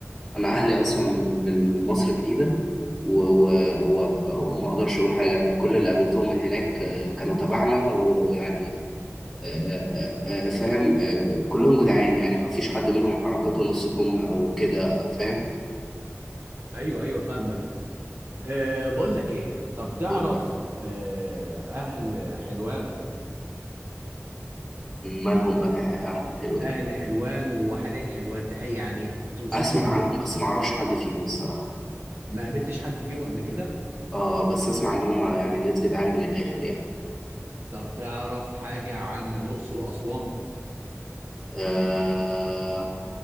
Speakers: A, in the centre; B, on the right (about 50°).
A: انا اهلي اصلا من من من مصر الجديدة و... و... و... وما اقدرش اقول حاجة يعني كل اللي قابلتهم من هناك آه، كانوا تبعنا و- ويعني آه، آه، آه، فاهم آه، كلهم جدعان يعني ما فيش حد منهم حركاته نص كم او كده فاهم
B: ايوه ايوه فاهمك أه بقول لك ايه طب تعرف
A: وال-
B: أه اهل حلوان
A: مالهم اهل أهل حلوان
B: اهل حلوان وحدائق حلوان تحية يعني توصفهم
A: اسمع عنهم
B: بايه
A: بس ما اعرفش حد فيهم الصراحه
B: ما قابلتش حد فيهم قبل كده
A: اه بس اسمع ان هم يعني ناس جدعان من الاخر يعني
B: طب تعرف حاجه عن الاقصر واسوان
A: آه